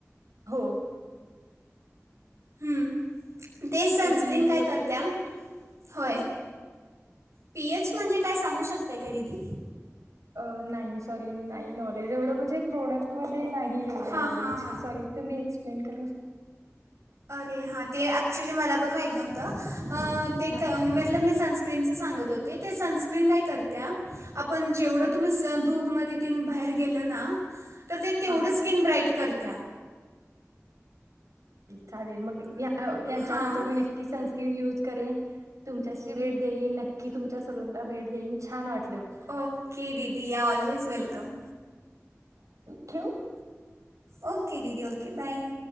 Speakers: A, on the right (about 85°); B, on the right (about 65°).
A: हो
B: हूं ते सनस्क्रीन
A: तर ती यूज
B: काय
A: करू
B: करत्या
A: शक
B: होय
A: हा
B: पीएच म्हणजे काय सांगू शकतेय काय दिदी.
A: अ नाही सॉरी नाही नॉलेज एवढं म्हणजे प्रोडक्ट म. नाही एवढे
B: हां
A: नॉलेज
B: हां हां
A: सॉरी तुम्ही एक्सप्लेन करू शकता.
B: अरे हां ते ॲक्च्युली मला पण माहीत नव्हतं. अं ते
A: हा
B: क मतलब मी सनस्क्रीनच. सांगत होते ते सन स्क्रीन काय करत्या आपण जेवढ
A: हा
B: तुम्ही स धूप मध्ये तीन बाहेर गेल ना. तर ते तेवढं
A: हा
B: स्किन ब्राईट करत. त्या
A: चालेल मग याच्यानंतर
B: हां
A: मी नक्कीच सनस्क्रीन युज करेन तुमच्याशी भेट देईन नक्की तुमच्या सलून ला भेट देईन छान वाट
B: ओके दिदी ऑलवेज वेलकम.
A: ठेऊ
B: ओ ओके दिदी ओके बाय.